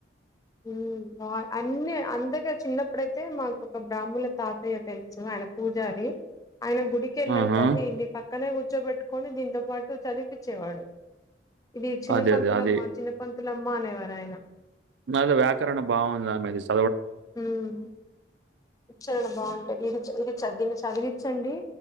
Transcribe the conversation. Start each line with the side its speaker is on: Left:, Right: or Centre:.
Left: ఉమ్మ్ ఉమ్ మా అన్ని, అంతగా చిన్నప్పుడైతే మాకు ఒక బ్రాహ్మల తాతయ్య తెలుసు, ఆయన పూజరి. <unintelligible> ఆయన గుడికి ఏళ్లినంక,
Right: ఆహా!
Left: దీన్ని పక్కనే కుర్చోబెట్టుకొని దీంతో పాట్ టు చదిపిచ్చేవాడు. ఇది చిన్న
Right: అదే.
Left: పంతులమ్మ,
Right: అదే. అది.
Left: చిన్నపంతులమ్మ అనేవారు ఆయన.
Right: <unintelligible> వ్యాకరణ బాగుంది ఆమెదిస్క్
Left: ఉమ్ ఉచ్చారణ బాగుంటాది. ఇడిచ, ఇడిచ, దినిచ చదివిచ్చన్డి,